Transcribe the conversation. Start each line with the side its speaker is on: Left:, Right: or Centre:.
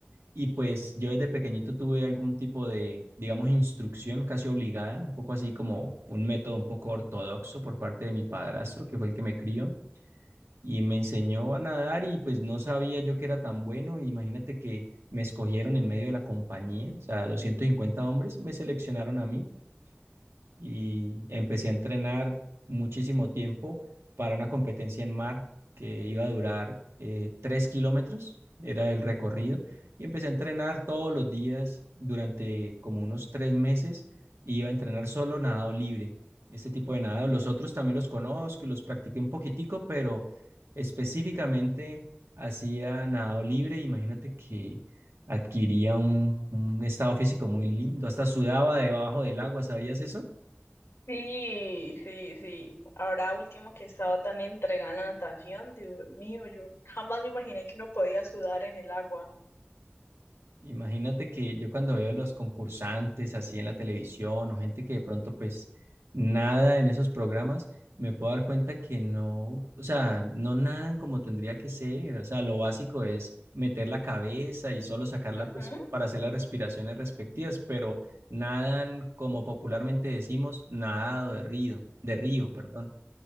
Right: Y pues yo desde pequeñito tuve algún tipo de, digamos, instrucción casi obligada, un poco así como un método un poco ortodoxo por parte de mi padrastro, que fue el que me crió, y me enseñó a nadar y pues no sabía yo que era tan bueno. Imagínate que me escogieron en medio de la compañía, o sea, 250 hombres me seleccionaron a mí y empecé a entrenar muchísimo tiempo para una competencia en mar que iba a durar eh, tres kilómetros, era el recorrido, y empecé a entrenar todos los días durante como unos tres meses, y iba a entrenar solo nadado libre, este tipo de nadado. Los otros también los conozco y los practiqué un poquitico, pero específicamente hacía nadado libre, imagínate que adquiría un, un estado físico muy lindo, hasta sudaba debajo del agua, ¿sabías eso?
Left: Sí, sí, sí. Ahora último que he estado tan entregada en la natación, Dios mío, yo jamás me imaginé que uno podía sudar en el agua.
Right: Imagínate que yo cuando veo los concursantes así en la televisión o gente que de pronto pues nada en esos programas, me puedo dar cuenta que no, o sea, no nadan como tendría que ser. O sea, lo básico es meter la cabeza y solo sacarla
Left: Ujú.
Right: pues para hacer las respiraciones respectivas, pero nadan como popularmente decimos, nadado de río, de río, perdón